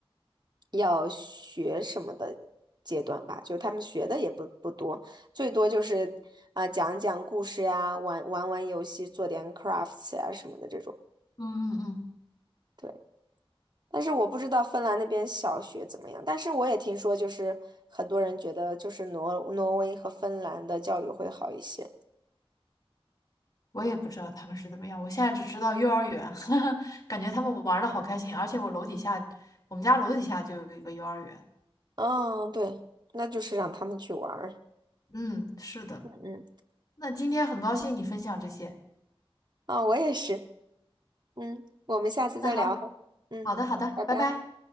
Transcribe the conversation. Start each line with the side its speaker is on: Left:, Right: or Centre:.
Right: 要学什么的阶段吧，就他们学的也不不多，最多就是啊、讲讲故事呀，玩玩玩游戏，做点 crafts 呀什么的这种。
Left: 嗯嗯，
Right: 对。但是我不知道芬兰那边小学怎么样，但是我也听说，就是很多人觉得就是挪挪威和芬兰的教育会好一些。
Left: 我也不知道他们是怎么样，我现在只知道幼儿园，<laughs> 感觉他们玩的好开心，而且我楼底下，我们家楼底下就有一个幼儿园。
Right: 嗯，对，那就是让他们去玩儿。
Left: 嗯，是的。
Right: 嗯，
Left: 那今天很高兴你分享这些。
Right: 啊，我也是。嗯，我们下次再聊。
Left: 那好，
Right: 嗯，
Left: 好的好的，
Right: 拜拜。
Left: 拜拜。